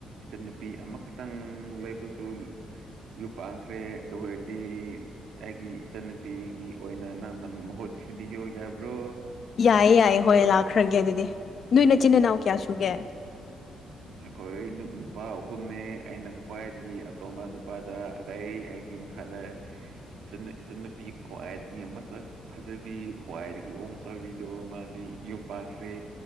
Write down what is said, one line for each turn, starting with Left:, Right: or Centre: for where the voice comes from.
Right: ꯏꯆꯟꯅꯨꯄꯤ ꯑꯃꯈꯠꯇꯪ ꯂꯩꯕꯁꯨ ꯌꯨꯝ ꯄꯥꯟꯈ꯭ꯔꯦ ꯑꯗꯨ ꯑꯣꯏꯔꯗꯤ ꯑꯩꯒꯤ ꯏꯆꯟꯅꯨꯄꯤꯒꯤ ꯑꯣꯏꯅ ꯅꯪꯅ ꯃꯍꯨꯠ ꯁꯤꯕꯤꯌꯣ ꯌꯥꯕ꯭ꯔꯣ
Left: ꯌꯥꯏꯌꯦ ꯌꯥꯏꯌꯦ ꯍꯣꯏ ꯂꯥꯛꯈ꯭ꯔꯒꯦ ꯑꯗꯨꯗꯤ ꯅꯣꯏ ꯅꯆꯤꯟ ꯏꯅꯥꯎ ꯀꯌꯥ ꯁꯨꯒꯦ
Right: ꯑꯩꯈꯣꯏ ꯅꯨꯄꯥ ꯑꯍꯨꯝꯅꯦ ꯑꯩꯅ ꯈ꯭ꯋꯥꯏꯗꯒꯤ ꯑꯇꯣꯝꯕ ꯅꯨꯄꯥꯗ ꯑꯗꯩ ꯒꯤ ꯃꯈꯥꯗ ꯏꯆꯟ ꯏꯆꯟꯅꯨꯄꯤ ꯈ꯭ꯋꯥꯏꯗꯒꯤ ꯃꯁꯛ ꯐꯖꯕꯤ ꯈ꯭ꯋꯥꯏꯗꯒꯤ ꯋꯣꯡ ꯆꯥꯕꯤꯗꯣ ꯃꯥꯗꯤ ꯌꯨꯝ ꯄꯥꯟꯈ꯭ꯔꯦ